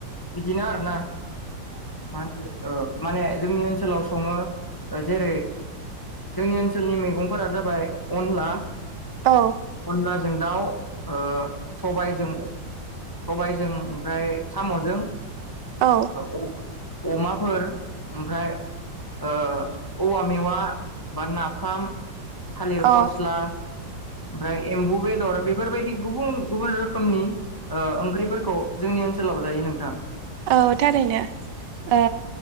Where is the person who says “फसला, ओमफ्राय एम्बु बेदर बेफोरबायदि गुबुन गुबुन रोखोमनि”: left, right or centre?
Left